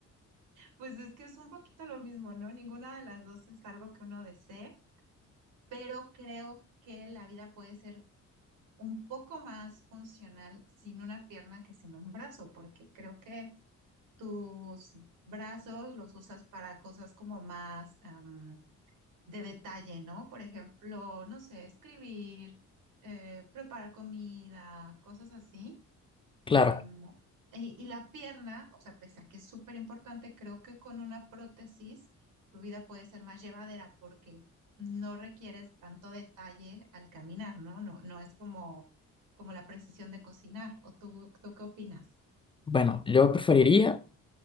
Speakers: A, on the right; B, on the left.
A: pues es que es un poquito lo mismo, ¿no? Ninguna de las dos es algo que uno desee, pero creo que la vida puede ser un poco más funcional sin una pierna que sin un brazo, porque creo que tus brazos los usas para cosas como más am, de detalle, ¿no? Por ejemplo, no sé, escribir, eh, preparar comida, cosas así. Em,
B: Claro,
A: y, y la pierna, o sea, pese a que es súper importante, creo que con una prótesis tu vida puede ser más llevadera porque no requieres tanto detalle al caminar, ¿no? No, no es como, como la precisión de cocinar. ¿O tú, tú qué opinas?
B: bueno, yo preferiría